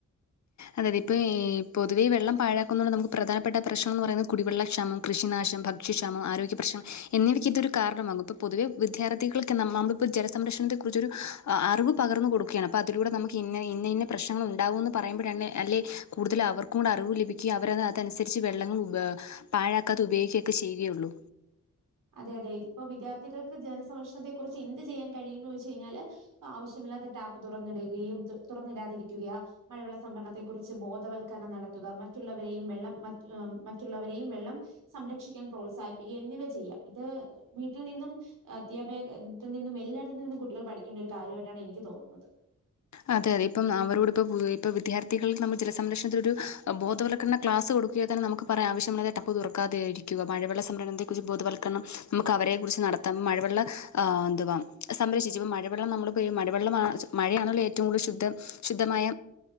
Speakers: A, on the left; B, on the right.
A: അതെ അതെ ഇപ്പ ഈ പൊതുവെ വെള്ളം പാഴാക്കുന്നതോണ്ട് നമുക്ക് പ്രധാനപ്പെട്ട പ്രശ്നന്ന് പറയുന്നത് കുടിവെള്ളക്ഷാമം, കൃഷിനാശം, ഭക്ഷ്യക്ഷാമം, ആരോഗ്യ പ്രശ്നം എന്നിവയ്ക്ക് ഇതൊരു കാരണമാകും. ഇപ്പൊ പൊതുവെ വിദ്യർഥികൾക്ക് നമ്മ നമ്മളിപ്പോ ജലസംരക്ഷണത്തെ കുറിച്ചൊരു ആഹ് അറിവ് പകർന്ന് കൊടുക്ക്യാണ് അപ്പതിലൂടെ നമ്മക്ക്യ് ഇന്ന ഇന്നയിന്ന പ്രശ്നങ്ങളുണ്ടാവൂന്ന് പറ് യുമ്പുരാണ് അല്ലേ കൂടുതലു അവർക്കുടെ അറിവ് ലഭിക്ക്യേം അവരത് അതനുസരിച്ച് വെള്ളങ്ങൾ ഉപ പായാക്കാതെ ഉപയിക്ക്യക്ക്യെ ചെയ്യോള്ളു
B: അതെ അതെ ഇപ്പൊ വിദ്യാർത്ഥികൾക്ക് ജനസംരക്ഷണത്തെ കുറിച്ച് എന്ത്ചെയ്യാൻ കഴിയുന്ന് ചോയ്ച്ച് കയ്ഞ്ഞാല് ആഹ് ആവശ്യമില്ലാതെ ടാപ്പ് തുറന്ന് ഇടുകേയും തു തുറന്നിടാതിരിക്ക്യുക്കയാ മഴവെള്ളസംഭരണത്തെ കുറിച്ച് ബോധവൽക്കരണം നടത്തുക മറ്റുള്ളവരെയും വെള്ളം മറ്റ് ഏഹ് മറ്റുള്ളവരെയും വെള്ളം സംരക്ഷിക്കാൻ പ്രോത്സാഹിപ്പിക്ക്യെങ്കിലും ചെയ്യാ ഇത് വീട്ടിൽ നിന്നും അധ്യാപേകത്തിൽ നിന്നും എല്ലായിടത്ത് നിന്നും കുട്ടികൾ പഠിക്കേണ്ട ഒരു കാര്യവായിട്ടാണ് എനിക്ക്യ് തോന്നുന്നത്
A: അതെ അതെ ഇപ്പം അവരോട് ഇപ്പ ഇപ്പ വിദ്യാർത്ഥികൾ ന്നമ്മൾ ജലസംരക്ഷണത്തിനൊരു ബോധവൽക്കരണക്ലാസ് കൊട് തിയോ തെന്നെ ന്നമുക്ക്‌പറയാം ആവശ്യമുള്ളതെ ടപ്പ തുറക്കാതരിക്കുക മഴവെള്ളസംരത്തെക്കുറിച് ബോധവത്ക്കരണം. ന്നമുക്ക്അവരെ കുറിച്ച് നടത്താം മഴവെള്ളംഎതുവാ സംരക്ഷിച്ചു ഇപ്പം മഴവെള്ളം നമ്മൾപെയ്യും മഴവെള്ളംമാ മഴയാണല്ലോ ഏറ്റവും കൂടുതൽ ശുദ്ധം ശുദ്ധമായ